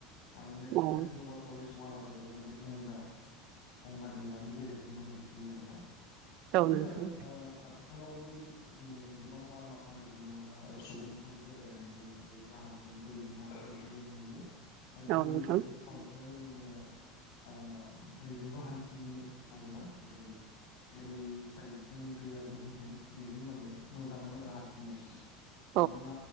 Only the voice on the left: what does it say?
आरो नेत
नेसनेल वा <unintelligible> वानआ जाबाय जोंहा बे गंगा गंगा दैमानि गेजेरजों बोहैफैयो आरोना। थ
बि
जाबाय आ आथिखालावबो जोङो गोबां माल माथा रोगानाय बा सुबुंफोर बेरायनायजों बे जाहाज जों दैजों हान्थिनायखौ जों नुयो। आरो
गोदो
गोदायथ' बांसिनानो जोङो आ दैजोंबो हान्थियोमोन। <unintelligible> जेरै जेरै साइद जों दैया बोहैदों बेजों माने मोजांमोन आरो हान्थिनो।
हमना ला